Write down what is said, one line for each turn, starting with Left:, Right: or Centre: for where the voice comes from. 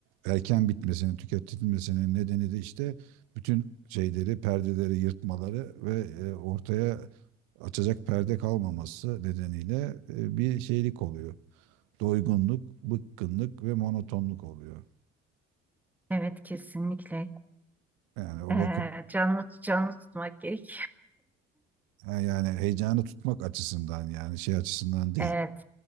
Right: erken bitmesinin, tüketilmesinin nedeni de işte bütün şeyleri, perdeleri yırtmaları ve e, ortaya açacak perde kalmaması nedeniyle e, bir şeylik oluyor. Doygunluk, bıkkınlık ve monotonluk oluyor.
Centre: evet, kesinlikle.
Right: Yani o
Centre: Ee,
Right: bakın
Centre: canlı canlı tutmak gerek.
Right: Yani heyecanı tutmak açısından yani şey açısından değil.
Centre: Evet,